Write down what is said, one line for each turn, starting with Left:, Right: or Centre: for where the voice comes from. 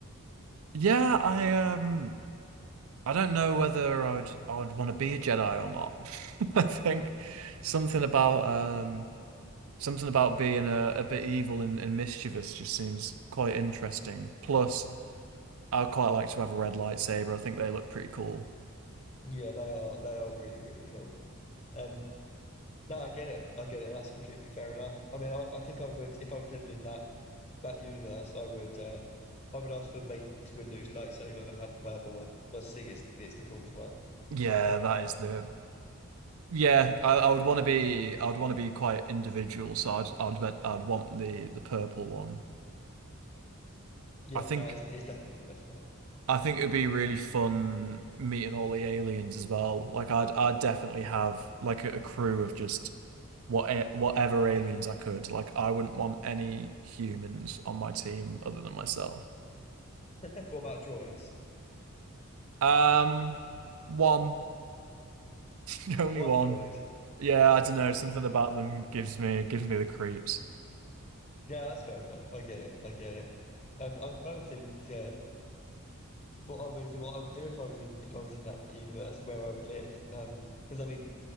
Right: Yeah, I um I don't know whether I would I would want to be a Jedi or not. <laughs> I think something about um something about being a, a bit evil and, and mischievous just seems quite interesting. Plus, I'd quite like to have a red lightsaber. I think they look pretty cool.
Left: Yeah, they are they are really really cool. Um, no, I get it. I get it. That's completely fair enough. I mean, I, I think I would, if I was living in that that universe, I would, uh, I would ask for Mace Windu's lightsaber and have the purple one. I just think it's it's the coolest one.
Right: Yeah, that is the yeah, I, I would want to be I would want to be quite individual, so I'd I'd bet I'd want the the purple one.
Left: Yeah,
Right: I think
Left: no, it's it's definitely the best one. <laughs>
Right: I think it'd be really fun meeting all the aliens as well. Like I'd I'd definitely have like a, a crew of just what a- whatever aliens I could. Like I wouldn't want any humans on my team other than myself.
Left: What about droids?
Right: Um, one, <laughs> only
Left: One
Right: one.
Left: droid.
Right: Yeah, I don't know. Something about them gives me gives me the creeps.
Left: Yeah, that's fair enough. I get it. I get it. Um, I'm trying to think uh, what I would what I would do if I was in if I was in that universe where I would live. Um, because I mean,